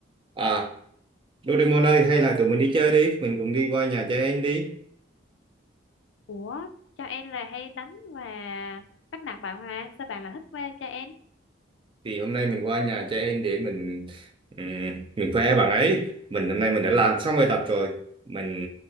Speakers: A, on the right (about 25°); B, on the left (about 70°).
A: à Doraemon ơi hay là tụi mình đi chơi đi mình cùng đi qua nhà trẻ em đi
B: ủa cho em là hay đánh và bắt nạt bạn mà sao bạn lại thích quê cho em
A: thì hôm nay mình qua nhà trẻ em để mình ừm, mình khoe bạn ấy mình hôm nay mình đã làm xong bài tập rồi mình